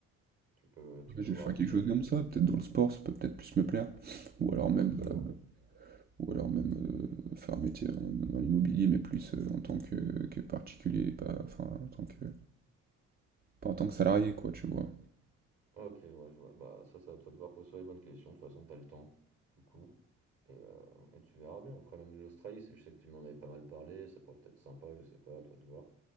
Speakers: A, on the right (about 45°); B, on the right (about 25°).
A: Tu peux, tu peux
B: Ouais, Je
A: voir,
B: vais faire
A: après
B: quelque
A: ça
B: chose
A: je m'y
B: comme
A: connais.
B: ça, peut-être dans le sport, ça peut peut-être plus me plaire, ou alors
A: Ouais,
B: même,
A: c'est vrai.
B: euh, ou alors même euh, faire un métier dans, dans l'immobilier, mais plus euh, en tant que, que particulier, pas, enfin, en tant que, pas en tant que salarié, quoi, tu vois.
A: Ah, ok, ouais, je vois. Bah ça, c'est à toi de voir, pose-toi les bonnes questions, de toute façon t'as le temps, du coup. Et, euh, et tu verras bien. Après, même l'Australie, c'est- je sais que tu m'en avais pas mal parlé, ça pourrait peut-être sympa, je sais pas, à toi de voir.